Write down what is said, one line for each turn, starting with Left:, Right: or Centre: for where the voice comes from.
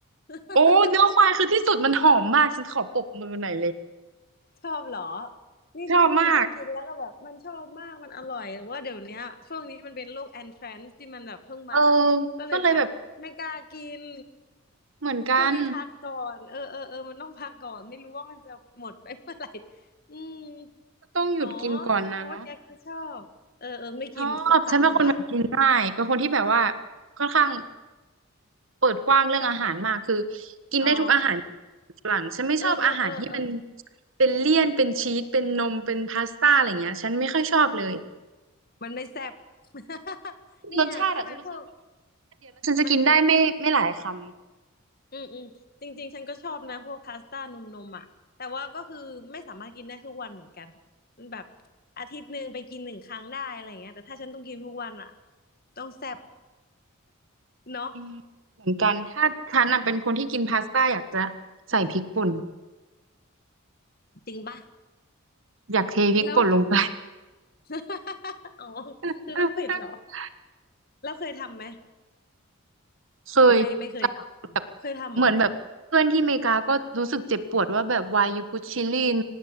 Left: <laughs>
Right: โอ้เนื้อควายคือที่สุดมันหอมมากฉันขอปรบมือหน่อยเลย
Left: ชอบเหรอ นี่นี่คือเพิ่งกินแล้วก็แบบมันชอบมากมันอร่อยแต่ว่าเดี๋ยวเนี้ยช่วงนี้มันเป็นโรคแอนทรนซ์ที่มันแบบเพิ่งมา
Right: ชอบมากเออ
Left: ก็เลยแบบไม่กล้ากิน
Right: ก็เลยแบบเหมือนกัน
Left: ช่วงนี้พักก่อนเออเออเออมันต้องพักก่อนไม่รู้ว่ามันจะหมดไปเมื่อไหร่อืม
Right: ก็ต้องหยุดกินก่อนนะเนาะ
Left: อ๋อแสดงว่าแกก็ชอบเออเออไม่กินสักพักหนึ่งละ
Right: ชอบฉันเป็นคนแบบกินง่ายเป็นคนที่แบบว่าค่อนข้างเปิดกว้างเรื่องอาหารมากคือ
Left: ชอบ
Right: กินได้ทุกอาหาร
Left: อ๋อ
Right: ฝรั่งฉันไม่ชอบอาหารที่มัน
Left: เออเออเออเออ
Right: เป็นเลี่ยนเป็นชีสเป็นนมเป็นพาสต้าอะไรเงี้ยฉันไม่ค่อยชอบเลย
Left: มันไม่แซ่บ <laughs> เนี่ยถ้าเป็นพวก
Right: รสชาติอะฉันรู้สึกว่ามันรสชาติเดียวแล้วฉันจะกินได้ไม่ไม่หลายคำ
Left: มัน อืมอืมจริงๆฉันก็ชอบนะพวกพาสต้านมนมอ่ะแต่ว่าก็คือไม่สามารถกินได้ทุกวันเหมือนกันมันแบบอาทิตย์หนึ่งไปกินหนึ่งครั้งได้อะไรเงี้ยแต่ถ้าฉันต้องกินทุกวันอ่ะต้องแซ่บเนาะ
Right: อืมเหมือนกันถ้าฉันน่ะเป็นคนที่กินพาสต้าอยากจะใส่พริกป่น
Left: จริงป่ะ
Right: อยากเทพริกป่นลงไป
Left: แล้ว <laughs> อ๋อ
Right: <laughs>
Left: คือต้องเผ็ดเหรอแล้วเคยทำไหม
Right: เคยแต่แบบ
Left: ไม่ไม่เคยทำเคยทำเหรอ
Right: เหมือนแบบเพื่อนที่อเมริกาก็รู้สึกเจ็บปวดว่าแบบ why you put chili in